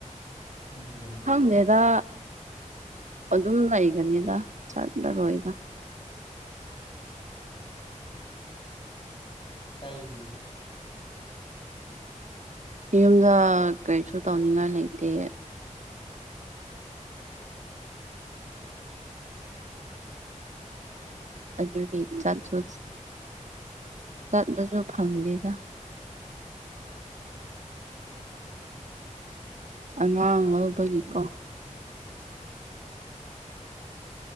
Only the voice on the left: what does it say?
ꯅꯪꯒꯤ ꯌꯨꯝ
ꯀꯩꯒꯤ